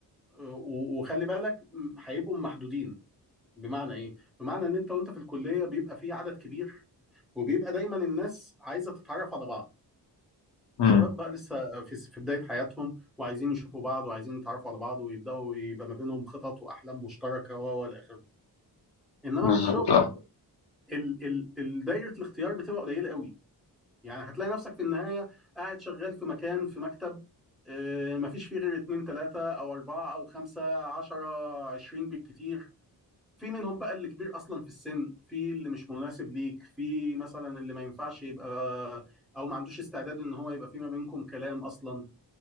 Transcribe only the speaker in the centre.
آه، و- وخلي بالك م، هيبقوا محدودين بمعنى إيه؟ بمعنى إن أنت وأنت في الكلية بيبقى في عدد كبير وبيبقى دايما الناس عايزة تتعرف على بعض
شباب بقى لسه في في بداية حياتهم وعايزين يشوفوا بعض وعايزين يتعرفوا على بعض ويبدأوا يبقى ما بينهم خطط وأحلام مشتركة و- وإلى آخره إنما
في الشغل
ال ال ال- دايرة الاختيار بتبقى قليلة قوي يعني هتلاقي نفسك في النهاية قاعد شغال في مكان في مكتب آه، مفيش فيه غير اتنين تلاتة أو أربعة أو خمسة عشرة عشرين بالكتير في منهم بقى اللي كبير أصلا في السن في اللي مش مناسب ليك في مثلا اللي ما ينفعش يبقى أو ما عندوش استعداد إن هو يبقى في ما بينكم كلام أصلا